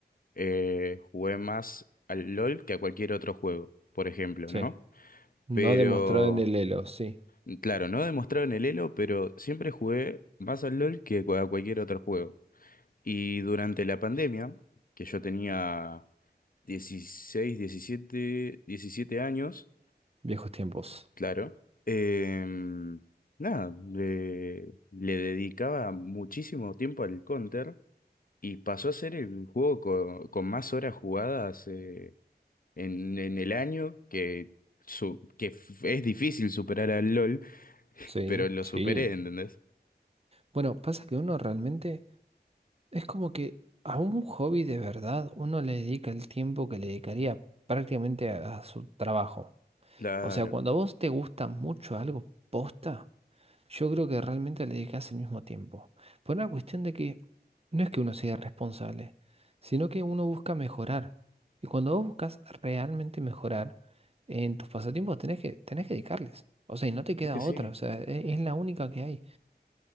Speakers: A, on the left; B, on the right.
A: eh, jugué más al LOL que a cualquier otro juego, por ejemplo,
B: Sí,
A: ¿no?
B: no
A: Pero,
B: demostrado en el Elo, sí,
A: claro, no demostraron el elo, pero siempre jugué más al LOL que cu- a cualquier otro juego. Y durante la pandemia, que yo tenía 16 diecisiete 17 años,
B: viejos tiempos.
A: Claro. Em, nada, le, le dedicaba muchísimo tiempo al Counter y pasó a ser el juego co- con, más horas jugadas eh, en, en el año, que, su, que f- es difícil superar al LOL,
B: Sí,
A: pero lo
B: sí,
A: superé, ¿entendés?
B: Bueno, pasa que uno realmente es como que a un hobby de verdad uno le dedica el tiempo que le dedicaría prácticamente a, a su trabajo.
A: Claro,
B: O sea, cuando a vos te gusta mucho algo posta, Yo creo que realmente le dedicas el mismo tiempo. Por una cuestión de que no es que uno sea responsable sino que uno busca mejorar. Y cuando vos buscas realmente mejorar en tus pasatiempos, tenés que, tenés que dedicarles. O sea, y no te queda
A: es que
B: otra.
A: sí.
B: O sea, e- es, la única que hay.